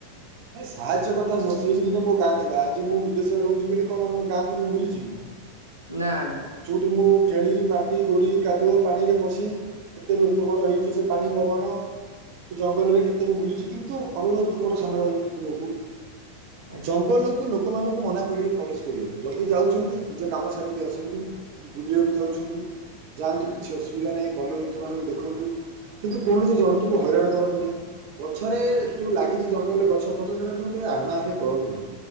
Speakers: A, on the right; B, on the right.
A: ଏ ସାହାଯ୍ୟ କଥା ନୁହଁ ସେବି ଦିନେ ମୋ ଗାଁ ଥିଲା ଆଜି ମୁଁ ବିଦେଶରେ ରହୁଛି ବୋଲି କଣ ମୋ ଗାଁକୁ ମୁଁ ଭୁଲିଯିବି।
B: ନାଁ ଆଜ୍ଞା।
A: ଚଉଠି ମୁଁ ଛେଳି ମାଟି ଗୋଡ଼ି କାଦୁଅ ପାଣିରେ ପଶି ଏଥିରୁ ଏତେ ବଡ଼ ହୋଇଇଛି ସେ ପାଣି ପବନ ସେ ଜଙ୍ଗଲରେ କେତେ ମୁଁ ବୁଲିଛି କିନ୍ତୁ ଅନୁରୋଧ ମୋର ସାନ ଭାଇ ତୁମକୁ।
B: ଆଜ୍ଞା
A: ଜଙ୍ଗଲକୁ ଲୋକମାନଙ୍କୁ ମନା କରିବେ ପ୍ରବେଶ କରିବାକୁ ଯଦି ଯାଉଛନ୍ତି ନିଜ କାମ ସାରିକି ଆସନ୍ତୁ। ଯଦି ବୁଲିବାକୁ ଯାଉଛନ୍ତି ଯାଆନ୍ତୁ
B: ଆଜ୍ଞା
A: କିଛି ଅସୁବିଧା ନାହିଁ। ବନ୍ୟଜନ୍ତୁ ମାନଙ୍କୁ ଦେଖନ୍ତୁ କିନ୍ତୁ କୌଣସି ଜନ୍ତୁଙ୍କୁ ହଇରାଣ କରନ୍ତୁ ନାହିଁ। ଗଛରେ
B: ଆଜ୍ଞା
A: ଯୋଉ ଲାଗିଛି ଜଙ୍ଗଲରେ ଗଛ ପଛ ରେ ସବୁ କେ ଆଣା ଆଣି କରୁନ୍ତୁନି।